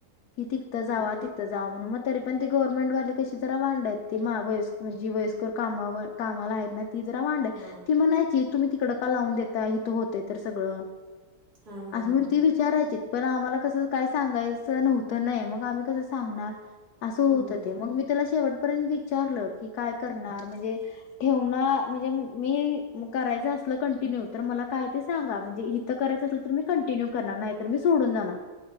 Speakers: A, on the left; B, on the right.
A: कि तिथ जावा ती थ जावा म्हणून मग तरी पण ती गव्हर्नमेंट वाली कशी जरा वांडायेत ती व म्हणजे वयस्करर कामावर. कामाला आहेत ना. ती जरा वांड आहे
B: हां.
A: ती म्हणायची तुम्ही तिकडं का लावून देताय इथ होतेय तर सगळं.
B: हां, हां,
A: आस म्हून
B: हां, हां.
A: ती विचारायचीत. पण आम्हाला कसं काही सांगायचं नव्हतं नय मग आम्ही कसं सांगणार? असं होत
B: हं.
A: ते मग मी त्याला शेवटपर्यंत विचारलं की काय करणार म्हणजे? ठेव ना म्हणजे मी करायचं असल कंटिन्यू तर मला काय ते सांगा म्हणजे इ. करायचचं असल तर मी कंटिन्यू करणार नाही तर मी सु. सोडून जानार